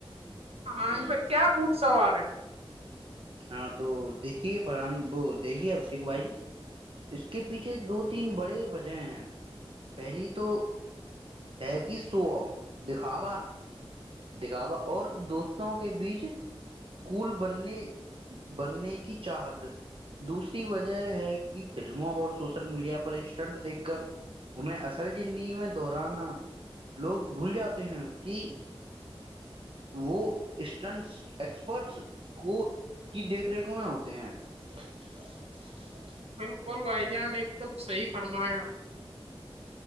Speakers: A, on the right (about 85°); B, on the right (about 65°).
A: ہاں
B: ہ
A: ان پ کیا بھ سوار ہے <unintelligible>
B: ہاں تو دیکھیے پران وہ دیکھیے ابشیک بھائی اس کے پیچھے دو تین بڑے وجہ ہیں پہلی تو ہے کہ سو آف دکھاوا <unintelligible> دکھاوا اور دوستوں کے بیچ کول بننے بننے کی چاہت دوسری وجہ ہے کہ فلموں اور سوشل میڈیا پر اسٹنٹ دیکھ کر انہیں اصل زندگی میں دہرانا لوگ بھول جاتے ہیں کہ وہ اسٹنٹ ایکسپرٹس کو کی دیکھ ریکھ میں ہوتے ہیں <unintelligible>
A: بالکل بھائی جان ایک دم صحی فرمایا